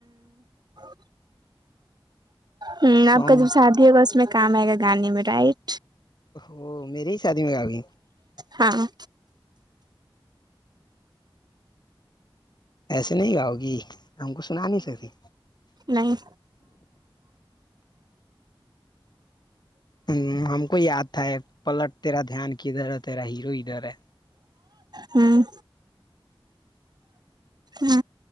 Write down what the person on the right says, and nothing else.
<unintelligible> ہوں
آپ کا جب شادی ہوگا اس اس میں کام آئے گا گانے میں رائٹ
ہاں
نہیں
ھمم ہ